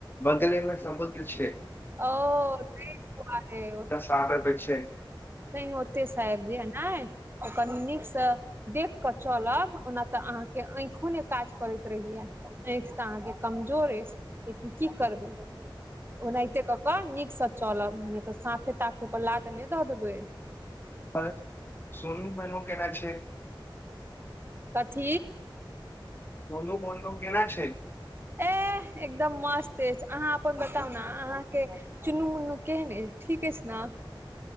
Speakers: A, on the left (about 25°); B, on the right (about 25°).
A: बगले मे समुद्र छै
B: ओ तै दुआरे ओ त
A: चट बे <unintelligible> छै
B: नै ओते सऽ आईब जैहा नय ओ कनी नीकसँ देख कऽ चलब ओना तऽ अहाँके अईखोे नय काज करति रहैया आँखि तऽ अहाँके कमजोर अछि लेकिन की करबै ओनाहिते कऽ कऽ नीकसँ चलब नय तऽ सांफे ताफे पर लाद नय दऽ देबै
A: आओर सोनू मोनू केना छै
B: <inaudible> कथी
A: सोनू मोनू केना छै
B: एह एकदम मस्त अछि आहाँ अपन बताउ ने अहाँके चुन्नू मुन्नू केहन अछि ठीक अछि न